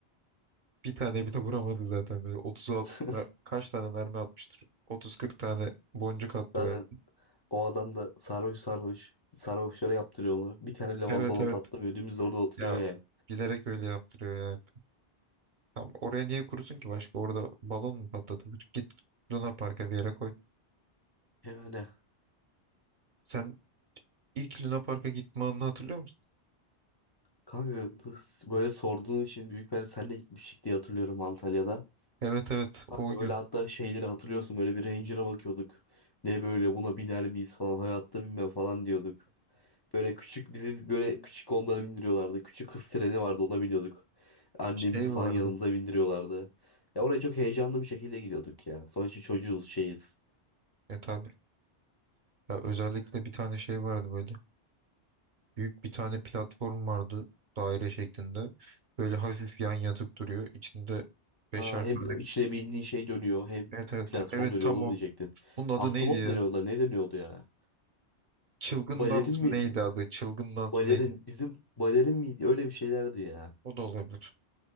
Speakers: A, on the right; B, on the left.
A: Bir tane bile vuramadı zaten böyle 30'a at-
B: <laughs>
A: ver- kaç tane mermi atmıştır? 30-40 tane boncuk attı
B: Zaten
A: belki.
B: o adam da sarhoş sarhoş. Sarhoşlara yaptırıyor onu. Bir tane bile bal-
A: Evet
B: balon
A: evet
B: patlamıyor. Dümdüz orada oturuyor
A: ya
B: yani.
A: bilerek öyle yaptırıyor ya. Tamam, oraya niye kurusun ki başka? Orada balon mu patlatılır? Git Luna Park'a bir yere koy.
B: Yani
A: Sen ilk Luna Park'a gitme anını hatırlıyor musun?
B: kanka böyle sorduğun için büyük ben senle gitmiştik diye hatırlıyorum Antalya'da.
A: Evet evet
B: Kanka
A: o
B: böyle
A: gün
B: hatta şeyleri hatırlıyorsun böyle bir Ranger'a bakıyorduk. Ne böyle buna biner miyiz falan hayatta binmem falan diyorduk. Böyle küçük bizi böyle küçük Honda'lara bindiriyorlardı. Küçük hız treni vardı ona biniyorduk. Annemizi
A: şey
B: falan
A: vardı.
B: yanımıza bindiriyorlardı. Ya oraya çok heyecanlı bir şekilde gidiyorduk ya. Sonuçta çocuğuz şeyiz.
A: E tabii. Ya özellikle bir tane şey vardı böyle. Büyük bir tane platform vardı daire şeklinde. Böyle hafif yan yatık duruyor. İçinde beşer
B: Ha, hem
A: tane.
B: içine bindiğin şey dönüyor hem
A: Evet evet.
B: platform
A: Evet
B: dönüyor
A: tam
B: oğlum
A: o.
B: diyecektin.
A: Bunun adı
B: Ahtapot
A: neydi ya?
B: mu deniyor ona ne deniyordu ya?
A: Çılgın
B: Balerin
A: dans mı
B: mi?
A: neydi adı? Çılgın dans
B: Balerin
A: mı neydi?
B: bizim balerin miydi? Öyle bir şeylerdi ya.
A: O da olabilir.